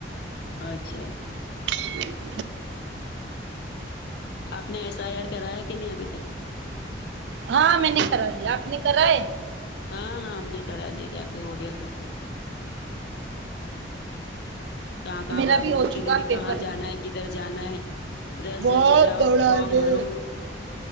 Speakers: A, on the left; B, on the right.
A: اچھا اچھا
B: ج
A: آپ نے ایس آئی آر کرایا کہ نہیں ابھی تک
B: ہاں میں نے کرا دیا آپ نے کرائے
A: ہاں ہاں ہم نے کرا لیا جا کے ہو گیا سب کچھ کہاں کہاں
B: میرا
A: بھاگو
B: بھی ہو
A: اس کے
B: چکا
A: لیے بھی
B: پیپر
A: کہاں جانا
B: میں،
A: ہے کدھر جانا ہے دس
B: بہت
A: جگہ جاؤ
B: دوڑا
A: فارم
B: رے
A: بھرو